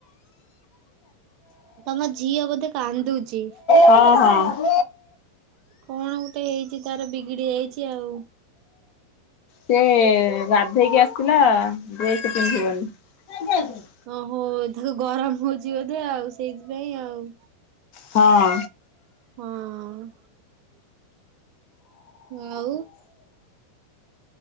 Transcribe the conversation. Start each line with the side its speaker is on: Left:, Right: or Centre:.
Right: ତମ ଝିଅ ବୋଧେ କାନ୍ଦୁଛି?
Left: ହଁ ହଁ।
Right: କଣ ଗୋଟେ ହେଇଛି ତାର ବିଗିଡି ଯାଇଛି ଆଉ।
Left: ସେ ଗାଧେଇକି ଆସିଥିଲା ଡ୍ରେସ ପିନ୍ଧିବନି।
Right: ଓହୋ ତାକୁ ଗରମ ହଉଛି ବୋଧେ ଆଉ ସେଇଥିପାଇଁ ଆଉ।
Left: ହଁ।
Right: ହଁ। ଆଉ